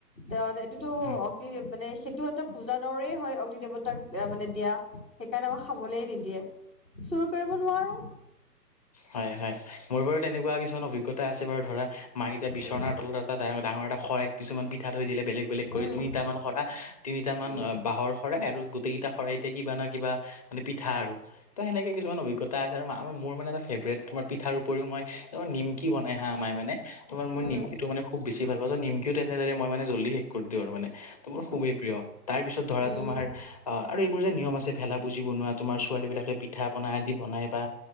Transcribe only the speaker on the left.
উম
হয় হয় মোৰ বাৰু তেনেকুৱা কিছুমান অভিজ্ঞতা আছে বাৰু ধৰা। মাইকতিটা বিচনাৰ
তলত এটা ডাঙৰ এটা শৰাইত কিছুমান পিঠা থৈ দিলে বেলেগ, বেলেগ কৰি
তিনিটামান খৰা। তিনিট মান
বাঁহৰ শৰাই আৰু গোটেইকেইটা শৰাইতে কিবা ন, কিবা মান পিঠা আৰু তো, সেনেকৈ কিছুমান অভিজ্ঞতা আছে আৰু মোৰ মানে এটা ফেভৰেট, তোমাৰ? পিঠাৰ উপৰিও মই ত নিমকি বনাই হা আৰ মানে তাৰ মই
নিমকিটো মানে খুব বেছি ভাল পাওঁ, চ, নিমকিও তেনেদৰে। মই মে জল্দি শেষ কৰি দিওঁ আৰু মানে। তমোৰ খুবেই প্ৰিয়। তাৰ পিছত ধৰা
তোমাৰ আহ আৰু এইবোৰ যে নিয়ম আছে, ভেলা বুজি বনোৱা তোমাৰ ছোৱালী বিলাকে পিঠা, পনা আদি বনাই বা